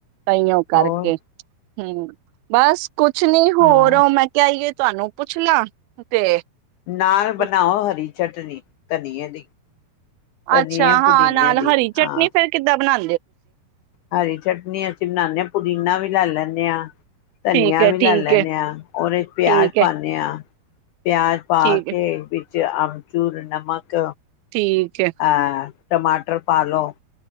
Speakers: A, on the right (about 80°); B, on the left (about 90°).
A: ਤਹੀਓ ਕਰਕੇ
B: ਹੋਰ
A: ਹੂੰ, ਬਸ। ਕੁਛ ਨੀ ਹੋਰ
B: ਹਾਂ
A: ਮੈਂ ਕਿਹਾ ਅਈਏ ਤੁਹਾਨੂੰ ਪੁੱਛ ਲਾਂ ਤੇ
B: ਨਾਲ
A: ਤੁਸੀਂ
B: ਬਨਾਓ ਹਰੀ ਚੱਟਨੀ ਧਨੀਏ ਦੀ। ਧਨੀਏ
A: ਅੱਛਾ
B: ਪੁਦੀਨੇ
A: ਹਾਂ ਨਾਲ
B: ਦੀ
A: ਹਰੀ ਚਟਨੀ
B: ਹਾਂ
A: ਫੇਰ ਕਿੱਦਾਂ ਬਨਾ
B: ਹਰੀ ਚਟਨੀ ਅਸੀਂ ਬਨਾਨੇ ਪੁਦੀਨਾ ਵੀ ਲੈ ਲੈਂਨੇ ਆਂ ਧਨੀਆ
A: ਠੀਕ ਹੈ
B: ਵੀ ਲਾ
A: ਠੀਕ
B: ਲੈਂਨੇ
A: ਹੈ
B: ਆਂ, ਉਹਦੇ ਚ ਪਿਆਜ਼
A: ਠੀਕ ਹੈ
B: ਪਾਨੇ ਆਂ। ਪਿਆਜ਼ ਪਾ
A: ਠੀਕ
B: ਕੇ
A: ਹੈ
B: ਵਿੱਚ ਚ ਅਮਚੂੂਰ ਨਮਕ
A: ਠੀਕ ਐ।
B: ਅਹ ਟਮਾਟਰ ਪਾ ਲਓ।